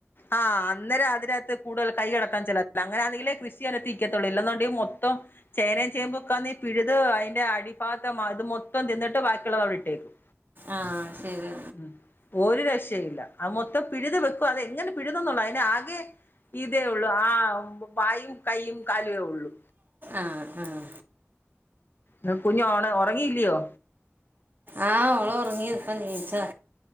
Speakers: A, on the left (about 45°); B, on the right (about 45°).
A: ആഹ് അന്നേര അതിനകത്ത് കൂടുതൽ കൈ കടാൻ ചെലത്തില്ല അങ്ങനൊണെങ്കി കൃഷി അകത്ത് നിക്കത്തുള്ളൂ ഇല്ല എന്നുണ്ടെങ്കിൽ മൊത്തം ചേനയും ചേമ്പൊക്കാ നീ പിഴുത് അതിന്റെ അടി ഭാഗൊക്കെ അത് മൊത്തം തിന്നിട്ട് ബാക്കി ള്ളത് അവിട്ടേക്കും
B: ആഹ് ശരി
A: ഉം ഒരു രക്ഷയുല്ല അത് മൊത്തം പിഴുത് വെക്കും അതെ എങ്ങനെ പിഴുതുന്നള്ള അത് ആകെ ഇതേ ഒള്ളൂ ആ വായും കൈയും കാലേ ഉള്ളു
B: ആഹ് ആഹ്
A: ഉം കുഞ്ഞു ഓണ ഉറങ്ങിയില്ലയോ
B: ആ ഓള് ഒറങ്ങി ഇപ്പം നീച്ചതാ